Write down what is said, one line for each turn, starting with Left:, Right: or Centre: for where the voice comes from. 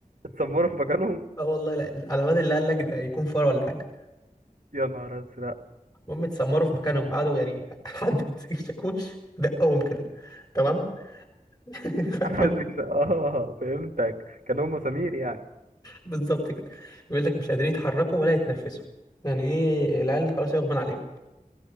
Right: اتسمروا في مكانهم
Left: اه والله لا على مدى اللي قال لك ده يكون فار ولا حاجه
Right: يا نهار ازرق
Left: المهم اتسمروا في مكانهم قعدوا يعني <laughs> حد مسك الشاكوش دقهم كده تمام <laughs>
Right: <laughs> حسيتك
Left: فالمهم
Right: ش- اه فهمتك كانوا هم سمير يعني
Left: بالظبط كده بيقول لك مش قادرين يتحركوا ولا يتنفسوا يعني ايه العيال خلاص يغمى عليهم